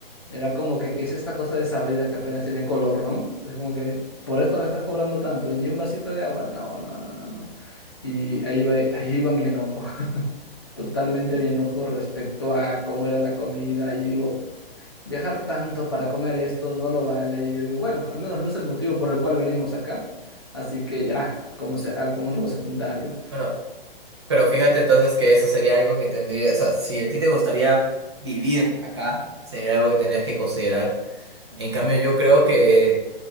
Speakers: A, on the left; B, on the right.
A: era como que, ¿qué es esta cosa desabrida que apenas tiene color, ¿no? Es como que, por esto me estás cobrando tanto y ni un vasito de agua, no, no, no, no, no. Y ahí iba, ahí iba mi enojo, <laughs> totalmente mi enojo respecto a cómo era la comida y digo, Viajar tanto para comer esto no lo vale. Y yo digo, bueno, al menos no es el motivo por el cual venimos acá. Así que ya, como se- algo como algo secundario.
B: Bueno, pero fíjate entonces que eso sería algo que tendría, o sea, si a ti te gustaría vivir acá, sería algo que tendrías que considerar.
A: Mm.
B: En cambio, yo creo que